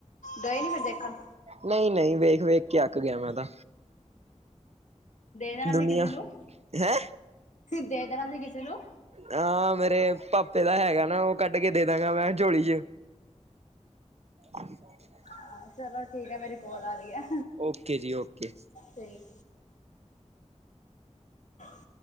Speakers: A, on the left; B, on the right.
A: ਗਏ ਨਹੀਂ ਫਿਰ ਦੇਖਣ?
B: ਨਹੀਂ ਨਹੀਂ ਵੇਖ ਵੇਖ ਕੇ ਅੱਕ ਗਿਆ ਮੈਂ ਤੇ।
A: ਦੇਣਾ
B: ਦੁਨੀਆਂ
A: ਸੀ ਕਿਸੇ ਨੂੰ
B: ਹੈਂ?
A: ਦੇ ਦਣਾ ਸੀ ਕਿਸੇ ਨੂੰ।
B: ਹਾਂ ਮੇਰੇ ਪਾਪੇ ਦਾ ਹੈਗਾ ਨਾ, ਉਹ ਕੱਢ ਕੇ ਦੇ ਦਾਂਗਾ ਮੈਂ ਝੋਲੀ ਚ। ਹਾਂ <unintelligible>
A: ਹਾਂ, ਚਲੋ ਠੀਕ ਆ ਮੇਰੀ ਕੋਲ ਆ ਰਹੀ ਐ,
B: ਓਕੇ ਜੀ ਓਕੇ
A: ਠੀਕ। <inaudible>